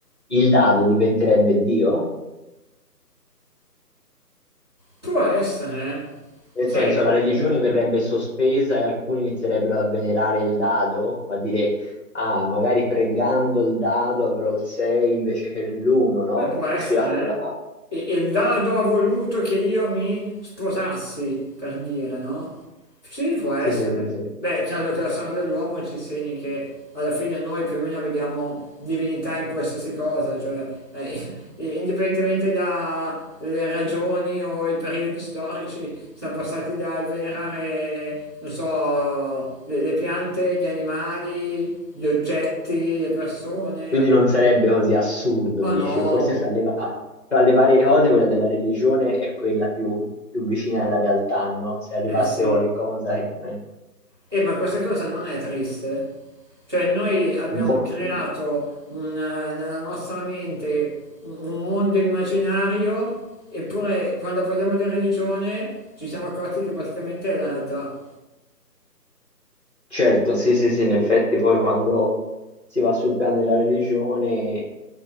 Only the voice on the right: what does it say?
Può essere, eh.
sai
io.
Beh, può essere,
eh. E, e il dado ha voluto che io mi sposassi, per dire, no? Sì, può essere.
Beh, chiaro che la storia dell'uomo ci insegni che alla fine noi più o meno vediamo divinità in qualsiasi cosa, cioè, eh, <laughs> eh, indipendentemente dalle ragioni o i periodi storici, siamo passati dal venerare, non so, le le piante, gli animali, gli oggetti, le persone.
Ma
Sì, sì, sì. no,
Ma- no.
eh sì,
Eh, ma questa cosa non è triste. Cioè noi abbiamo
creato
un, eh, nella nostra mente un, un mondo immaginario, eppure quando parliamo di religione ci siamo accorti che praticamente è la realtà,